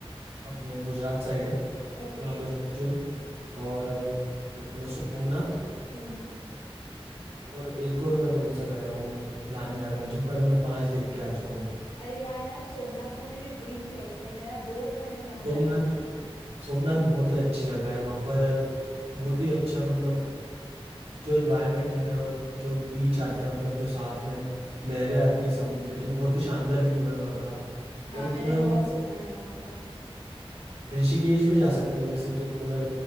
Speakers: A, on the right (about 85°); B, on the left (about 85°).
A: अपने गुजरात साइड है
B: ओके
A: नागार्जुन और अप, अपना सोमनाथ
B: हम्म हम्म
A: और एक और मैं कौन सा गया हूँ ध्यान नहीं आ रहा मुझे पर मैं पांच देख के आ चुका हूँ
B: अरे वाह यार सोमनाथ तो मेरी ड्रीम प्लेस है मेरा बहुत मन है वहां
A: सोमनाथ
B: जाने का
A: सोमनाथ बहुत अच्छी जगह है वहाँ पर बहुत ही अच्छा मतलब जो इन्वायरमेंट है और जो बीच आता है मतलब जो साथ में लहरें आती है समुद्र की बहुत ही शानदार व्यू है वहाँ का
B: हाँ
A: और इतना
B: मैंने बहुत सुना है वहां का
A: ऋषिकेश भी जा सकती है जैसे तो अगर